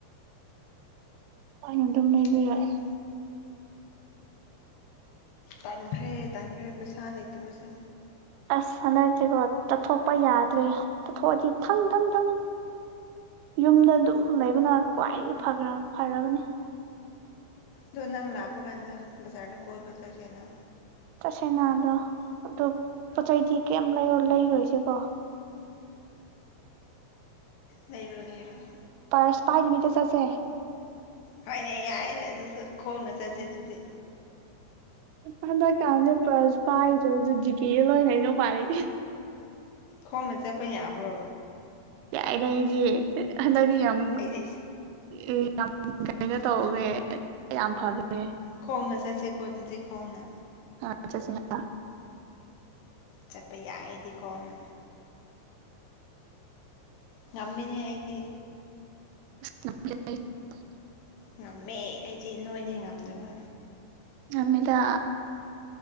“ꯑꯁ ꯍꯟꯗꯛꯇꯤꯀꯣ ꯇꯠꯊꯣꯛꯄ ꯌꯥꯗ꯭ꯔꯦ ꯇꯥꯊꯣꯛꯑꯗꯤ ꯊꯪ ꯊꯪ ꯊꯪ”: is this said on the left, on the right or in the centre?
Right